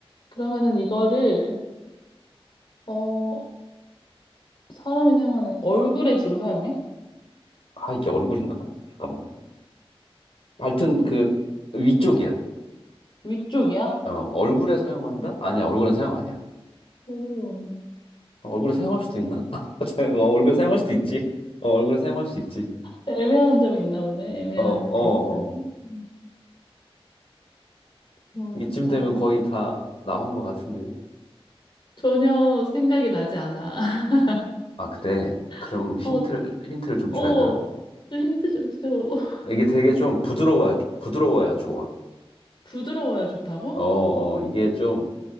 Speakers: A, on the left; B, on the left.
A: 그러면은 이거를, 어, 사람이 사용하네. 얼굴에 주로 사용해?
B: 아, 이게 얼굴인가? 잠깐만. 하여튼 그 위쪽이야.
A: 위쪽이야?
B: 어, 얼굴에 사용한다? 아니야, 얼굴엔 사용 아니야.
A: 의류
B: 어, 얼굴에 사용할 수도 있나? <laughs> 어, 얼굴에 사용할 수도 있지. 어, 얼굴에 사용할 수 있지.
A: 애매한 점이 있나 보네. 애매한
B: 어, 어,
A: 그 점이.
B: 어.
A: 음, 뭐 어렵다.
B: 이쯤 되면 거의 다 나온 것 같은데.
A: 전혀 생각이 나지 않아.
B: 아, 그래. 그럼
A: <laughs>
B: 힌트를,
A: 어,
B: 힌트를 좀
A: 어,
B: 줘야 되나?
A: 좀 힌트 좀 줘. <laughs>
B: 이게 되게 좀 부드러워야, 부드러워야 좋아.
A: 부드러워야 좋다고?
B: 어, 어, 이게 좀,